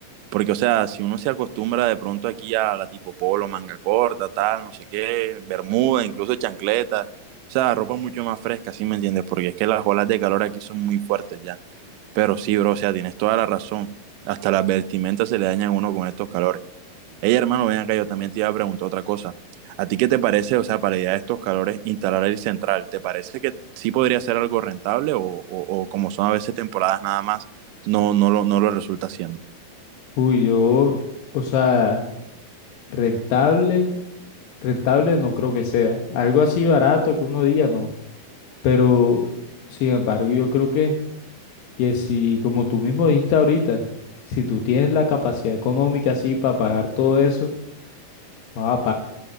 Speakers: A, on the right; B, on the left.
A: porque, o sea, si uno se acostumbra de pronto aquí a la tipo polo, manga corta, tal, no sé qué, bermuda, incluso chancleta, o sea, ropa mucho más fresca, ¿sí me entiendes? Porque es que las olas de calor aquí son muy fuertes ya. Pero sí, bro, o sea, tienes toda la razón. Hasta las vestimentas se le dañan a uno con estos calores. Ey, hermano, ven acá, yo también te iba a preguntar otra cosa. ¿A ti qué te parece, o sea, para ya estos calores, instalar el central? ¿Te parece que sí podría ser algo rentable o, o- o como son a veces temporadas nada más, no, no lo, no lo resulta siendo?
B: Uy, yo, o sea, rentable, rentable no creo que sea. Algo así barato que uno diga, no. Pero, sin embargo, yo creo que, que si, como tú mismo dijiste ahorita, si tú tienes la capacidad económica así para pagar todo eso, no,